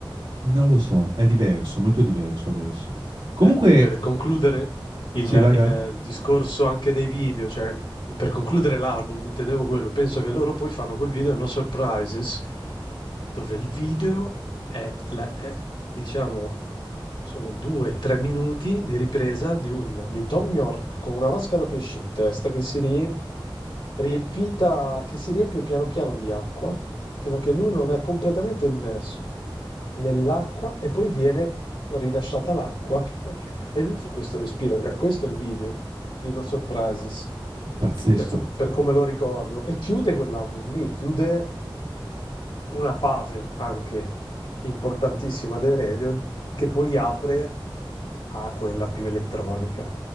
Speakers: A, on the right; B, on the left.
A: non lo so, è diverso, molto diverso adesso. Comunque,
B: Cioè, per concludere, Il,
A: sì, vai,
B: il-
A: vai,
B: il discorso anche dei video, cioè per concludere l'album, intendevo quello. Penso che loro poi fanno quel video No Surprises, dove il video è, la- è, diciamo, sono due, tre minuti di ripresa di, un, di Tom York con una vasca da pesci in testa che si riempie, riempita, che si riempie piano piano di acqua fino a che lui non è completamente immerso nell'acqua e poi viene rilasciata l'acqua e lui su questo respiro, cioè questo è il video di No Surprises,
A: pazzesco,
B: adesso per come lo ricordo, e chiude quell'album lì, chiude una fase anche importantissima dei Radio che poi apre a quella più elettronica,